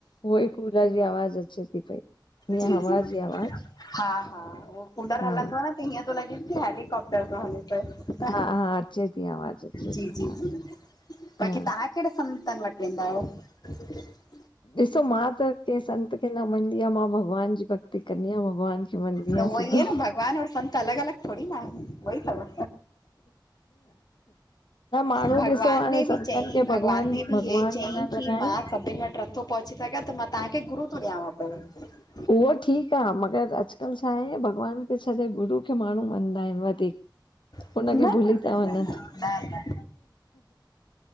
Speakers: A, on the left (about 80°); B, on the left (about 55°).
A: उई कुूलर जी आवाज़ अचे थी पई। हीअं
B: जी-जी,
A: हवा जी आवाज
B: हा-हा उ कूलर
A: हा
B: हलंदो आ न हीअं थो लॻे की हेलीकॉप्टर थो हले पियो,
A: हा हा अचे थी आवाज़ अचे थी
B: जी
A: हा
B: जी जी बाक़ी
A: हा
B: तव्हां केड़े संतन वट वेंदा आहियो?
A: ॾिसो मां त कंहिं संत खे न मञंदी आहियां मां भॻवान जी भक्ति कंदी आहियां भॻवान वेंधि
B: त उहो
A: आ सिधो
B: ई आहे न भॻवान और संत अलॻ अलॻ थोरी न आहे, उई तव
A: त माण्हू
B: भॻवान
A: ॾिसो हाणे
B: उन्हें बि
A: संतनि
B: चई
A: खे
B: भॻवान न बि
A: भॻवान
B: हे चईं
A: मञण
B: की
A: लॻा आहिनि
B: मां सभिन वट नथो पहुची सघियां त मां तव्हांखे गुरू थो ॾियांव पियो।
A: उहो ठीक आ मगर अॼकल्ह छा हे, भॻवान खे छॾे गुरू खे माण्हू मञदाा आहिनि वधीक।
B: न
A: हुनखे भुली
B: न न
A: था वञन
B: न न न